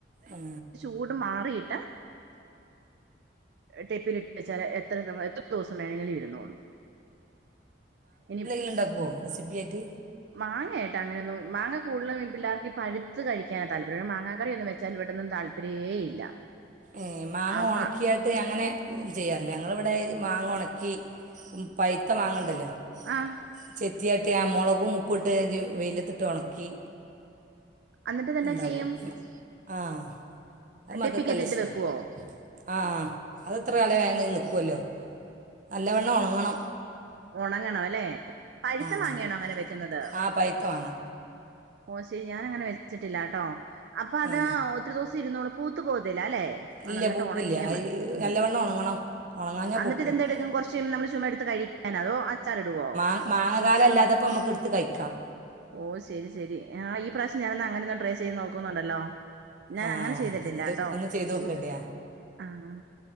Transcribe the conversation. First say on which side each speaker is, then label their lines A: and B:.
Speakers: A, on the right; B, on the right.
A: ആഹ്..
B: കൂട് മാറീട്ട് ടെപ്പില്ട്ട് - വെച്ചാല് എത്ര നൾ, എത്ര ദിവസം വേണെലും ഇരുന്നോളും ഇനി,
A: ഇണ്ടക്കോ റസിപ്പിയായ്ട്ട്
B: മാങ്ങ ആയിട്ട് അങ്ങനൊന്നും മാങ്ങ കൂടുതലും ഇ പിള്ളാർക്കി പഴുത്ത് കഴിയ്ക്കാനാ താൽപ്പര്യം മാങ്ങ കറിയൊന്നും വച്ചാൽ ഇവിടൊന്നും താൽ പര്യേ ഇല്ല
A: ഏഹ് മാങ്ങ
B: അപ്പൊ
A: ഒണക്കിയ ട്ട് അങ്ങനെ ചെയ്യാറില്ല ഞങ്ങടിവിടെ മാങ്ങ ഒണക്കി പഴ്ത്ത മാങ്ങെണ്ടല്ലോ
B: ആഹ്
A: ചെത്തിയട്ടി ആ മുളകും ഉപ്പിട്ട് വെയിലത്തിട്ട് ഒണക്കി
B: എന്നിട്ട് തന്നെ
A: ഇണ്ടാക്കും
B: ചെയ്യും
A: ആഹ് അത് മക്കക്ക്
B: ടെപ്പിക്കകത്തിട്ട്
A: നല്ലിഷ്ട്ടാ
B: വെക്കുവോ
A: ആഹ് അതെത്ര കാലം ആയാലും അത്‌ നിക്കുവല്ലോ നല്ലവണ്ണം ഒണങ്ങണം
B: ഒണങ്ങണം അല്ലേ പഴുത്ത
A: ഉണങ്ങണം
B: മാങ്ങയാണോ അങ്ങനെ വെക്കുന്നത്
A: ആ പഴുത്ത മാങ്ങ
B: ഓഹ് ശരി ഞാനങ്ങനെ വച്ചിട്ടില്ലാട്ടോ അപ്പൊ അതാ
A: ഏ
B: ഒ ത്തിരി ദിവസം ഇരുന്നോളും പൂത്ത് പോത്തില്ല അല്ലെ അഹ്
A: ഇല്ല
B: നന്നാട്ട്
A: പൂക്കില്ല
B: ഒണങ്ങിയാ
A: അത്
B: മതി ഇം
A: നല്ലവണ്ണം ഉണങ്ങണം ഉണങ്ങാഞ്ഞാൽ
B: അന്നട്ടിതിന്റെ
A: പൂക്കും
B: എടേ <unintelligible> നമ്മള് ചുമ്മ എടുത്ത് കഴിക്കാനോ അതോ അച്ചാറിടുവോ
A: മാങ്ങാകാലം അല്ലാത്തപ്പോ നമുക്ക് എടുത്ത് കയിക്കാം
B: ഓഹ് ശരി ശരി ആഹ് ഈ പ്രാവശ്യം ഞാനെന്നാ അങ്ങനൊന്ന് ട്രൈ ചെയ്ത് നോക്കുന്നുണ്ടല്ലോ ഞാനങ്ങനെ
A: ആഹ്
B: ചെയ്തട്ടില്ലാട്ടോ
A: ഇത് ഒന്ന് ചെയ്ത് നോക്കേണ്ടിയ
B: ഇ ആഹ്